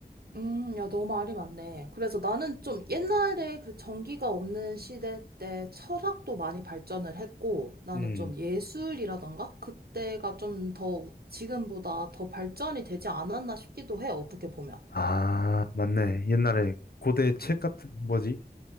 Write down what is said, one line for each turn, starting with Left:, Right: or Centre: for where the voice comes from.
Right: 음, 야, 너 말이 맞네. 그래서 나는 좀 옛날에 그 전기가 없는 시대 때 철학도 많이 발전을 했고, 나는
Left: 음.
Right: 좀 예술이라던가? 그때가 좀 더, 지금보다 더 발전이 되지 않았나 싶기도 해, 어떻게 보면.
Left: 아, 맞네. 옛날에 고대 책 같은, 뭐지?